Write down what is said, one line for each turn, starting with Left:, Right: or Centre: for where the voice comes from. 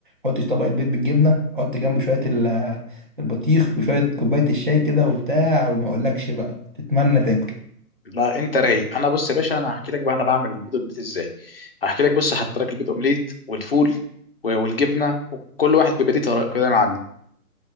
Right: حط طبق البيض بالجبنه حط جنبه شويه ال- البطيخ وشويه كوبايه الشاي كده وبتاع وما اقولكش بقى تتمنى تاكل
Left: لا انت رايق انا بص يا باشا انا هحكي لك بقى انا بعمل البيض اومليت ازاي هحكي لك بص هحط لك البيض اومليت والفول و- والجبنه وكل واحد بيبقى ليه طريقه كده يا معلم